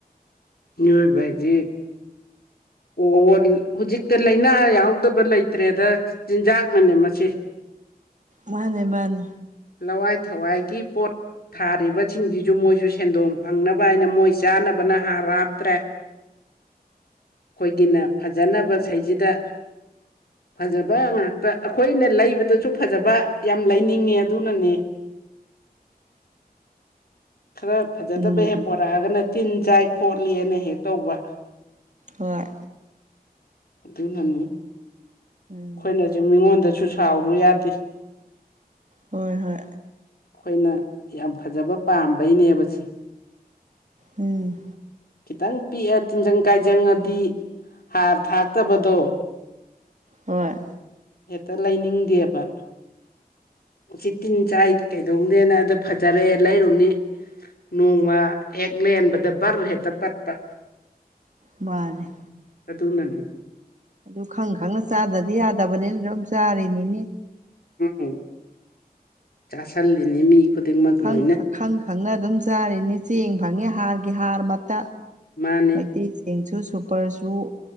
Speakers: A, on the left (about 70°); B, on the right (about 50°).
A: ꯃꯤꯑꯣꯏꯕꯖꯤ ꯑꯣ ꯍꯧꯖꯤꯛꯇ ꯂꯥꯏꯅꯥ ꯌꯥꯎꯗꯕ ꯂꯩꯇ꯭ꯔꯦꯗ ꯆꯤꯟꯖꯥꯛꯅꯅꯦ ꯃꯁꯤ꯫ ꯎꯝ
B: ꯃꯥꯅꯦ ꯃꯥꯅꯦ
A: ꯂꯋꯥꯏ ꯊꯋꯥꯏꯒꯤ ꯄꯣꯠ ꯊꯥꯔꯤꯕꯁꯤꯡꯁꯤꯁꯨ ꯃꯣꯏꯁꯨ ꯁꯦꯟꯗꯣꯡ ꯐꯪꯅꯕ ꯍꯥꯏꯅ ꯃꯣꯏ ꯆꯥꯅꯕꯅ ꯍꯥꯔ ꯍꯥꯞꯇ꯭ꯔꯦ꯫ ꯈꯣꯏꯒꯤꯅ ꯐꯖꯅꯕ ꯁꯩꯖꯤꯗ ꯐꯖꯕ ꯉꯥꯛꯇ ꯑꯈꯣꯏꯅ ꯂꯩꯕꯗꯁꯨ ꯐꯖꯕ ꯌꯥꯝ ꯂꯩꯅꯤꯡꯉꯦ ꯑꯗꯨꯅꯅꯦ꯫ ꯈꯔ ꯐꯖꯗꯕ
B: ꯎꯝ
A: ꯍꯦꯛ ꯄꯣꯔꯛꯑꯒꯅ ꯇꯤꯟ ꯆꯥꯏ ꯈꯣꯠꯂꯤꯅ ꯍꯦꯛ ꯇꯧꯕ
B: ꯍꯣꯏ
A: ꯑꯗꯨꯅꯅꯤ
B: ꯎꯝ
A: ꯑꯈꯣꯏꯅꯖꯨ ꯃꯤꯉꯣꯟꯗꯁꯨ ꯁꯥꯎꯔꯨ ꯌꯥꯗꯦ꯫
B: ꯍꯣꯏ ꯍꯣꯏ
A: ꯑꯈꯣꯏꯅ ꯌꯥꯝ ꯐꯖꯕ ꯄꯥꯝꯕꯩꯅꯦꯕ ꯁꯤ
B: ꯎꯝ
A: ꯈꯤꯇꯪ ꯄꯤꯛꯑ ꯇꯤꯟꯖꯪ ꯀꯥꯏꯖꯪꯉꯗꯤ ꯍꯥꯔ ꯊꯥꯛꯇꯕꯗꯣ
B: ꯍꯣꯏ
A: ꯍꯦꯛꯇ ꯂꯩꯅꯤꯡꯗꯦꯕ ꯎꯆꯤ ꯇꯤꯟ ꯆꯥꯏ ꯀꯩꯗꯧꯅꯦꯅ ꯑꯗ ꯐꯖꯔꯦ ꯂꯩꯔꯨꯅꯤ ꯅꯣꯡꯃ ꯍꯦꯛ ꯂꯦꯟꯕꯗ ꯕꯔ ꯍꯦꯛꯇ ꯄꯠꯄ
B: ꯃꯥꯅꯦ
A: ꯑꯗꯨꯅꯅꯤ
B: ꯑꯗꯨ ꯈꯪ ꯈꯪꯅ ꯆꯥꯗꯗꯤ ꯌꯥꯗꯕꯅꯤꯅ ꯑꯗꯨꯝ ꯆꯥꯔꯤꯅꯤꯅꯦ
A: ꯎꯝ ꯆꯥꯁꯜꯂꯤꯅꯤ ꯃꯤ ꯈꯨꯗꯤꯡꯃꯛ
B: ꯈꯪ
A: ꯂꯣꯏꯅ
B: ꯈꯪ ꯈꯪꯅ ꯑꯗꯨꯝ ꯆꯥꯔꯤꯅꯤ ꯆꯦꯡ ꯐꯪꯉꯤ ꯍꯥꯔꯒꯤ ꯍꯥꯔꯃꯛꯇ
A: ꯃꯥꯅꯦ
B: ꯃꯩꯇꯩ ꯆꯦꯡꯁꯨ ꯁꯨꯄꯔꯁꯨ